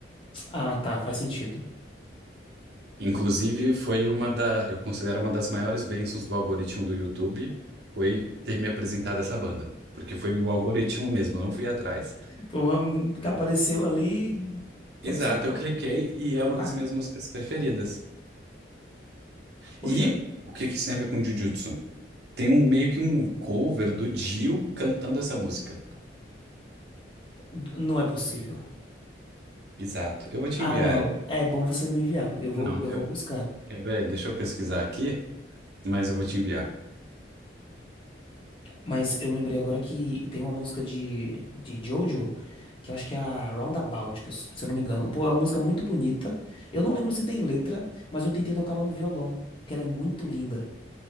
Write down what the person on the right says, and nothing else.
Inclusive, foi uma da, eu considero uma das maiores bênçãos do algoritmo do YouTube, foi ter me apresentado essa banda. Porque foi o algoritmo mesmo, eu não fui atrás.
Exato,
eu cliquei
e
é uma das minhas músicas preferidas.
E o que que isso tem a ver com Jujutsu? Tem um meio que um cover do Dio cantando essa música.
Exato, eu vou te
enviar
ela.
Não,
eu,
quer ver? Deixa eu pesquisar aqui. mas eu vou te enviar.